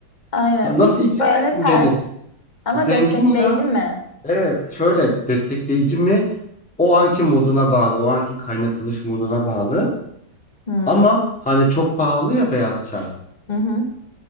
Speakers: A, on the left; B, in the centre.
A: Aynen.
B: Ha, Nasıl
A: Bir tık
B: içeceksin
A: böyle Yani sert
B: beni?
A: ama
B: Zengin
A: destekleyici
B: ya.
A: mi?
B: Evet şöyle destekleyici mi? O anki moduna bağlı. O anki kaynatılış moduna bağlı.
A: Hmm.
B: Ama hani çok pahalı ya beyaz çay.
A: Hı hı.